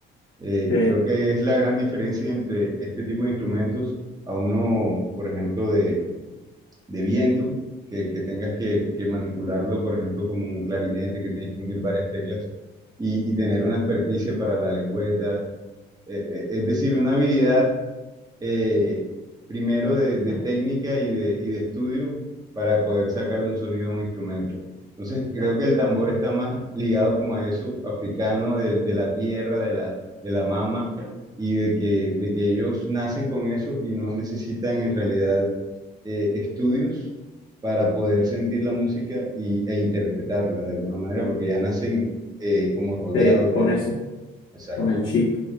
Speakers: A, on the right; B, on the left.
A: Eh,
B: sí,
A: creo que es la gran diferencia entre este tipo de instrumentos a uno, por ejemplo, de, de viento, que, que tengas que, que manipularlo, por ejemplo, como un clarinete, que tienes que hundir varias teclas, y, y tener una experticia para la lengüeta. Eh, eh, es decir, una habilidad eh, primero de, de técnica y de, y de estudio para poder sacarle un sonido a un instrumento. Entonces, creo que el tambor está más ligado como a eso, africano, de, de la tierra, de la, de la mama, y de que, de que ellos nacen con eso y no necesitan en realidad eh, estudios para poder sentir la música y, e interpretarla de alguna manera, porque ya nacen eh, como rodeados
B: sí, con
A: de
B: eso.
A: eso. Exacto.
B: con el chip.